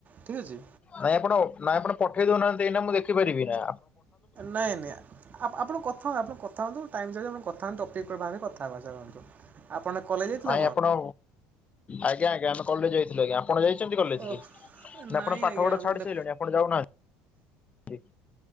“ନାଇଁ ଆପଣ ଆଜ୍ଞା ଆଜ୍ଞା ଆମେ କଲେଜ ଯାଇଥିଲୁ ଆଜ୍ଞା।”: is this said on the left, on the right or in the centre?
Left